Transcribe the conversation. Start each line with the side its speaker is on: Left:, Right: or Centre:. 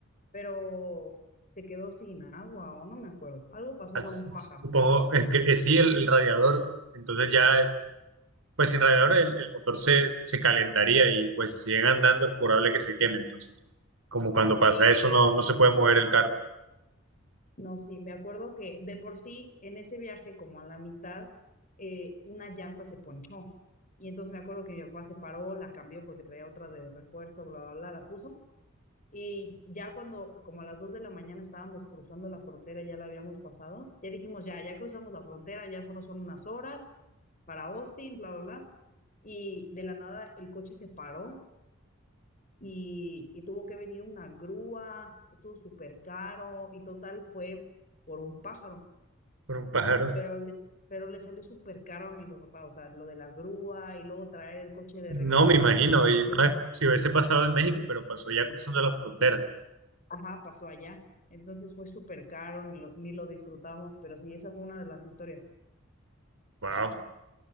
Left: pero se quedó sin agua o no me acuerdo. Algo pasó
Right: al-
Left: por un pájaro.
Right: supongo, es que eh, sí, el, el radiador. Entonces ya, pues sin radiador el, el motor se, se calentaría y pues si siguen andando es probable que se queme. Entonces, como cuando
Left: Sí,
Right: pasa eso, no, no se puede mover el carro
Left: no, sí, me acuerdo que de por sí en ese viaje, como a la mitad, eh, una llanta se ponchó. Y entonces me acuerdo que mi papá se paró, la cambió porque traía otra de refuerzo, bla, bla, bla, la puso. Y ya cuando, como a las dos de la mañana estábamos cruzando la frontera, ya la habíamos pasado, ya dijimos, ya, ya cruzamos la frontera, ya solo son unas horas para Austin, bla, bla, bla. Y de la nada el coche se paró y, y tuvo que venir una grúa, estuvo súper caro y total fue por un pájaro,
Right: por un pájaro.
Left: pero le, pero le salió súper caro a mi papá, o sea, lo de la grúa y luego traer el coche de
Right: No
Left: regreso
Right: me
Left: a
Right: imagino.
Left: México, lo
Right: Y
Left: tuvieron,
Right: una vez, si hubiese pasado en México, pero pasó ya cruzando la frontera.
Left: ajá, pasó allá, entonces fue súper caro, ni lo, ni lo disfrutamos, pero sí, esa fue una de las historias.
Right: Wow.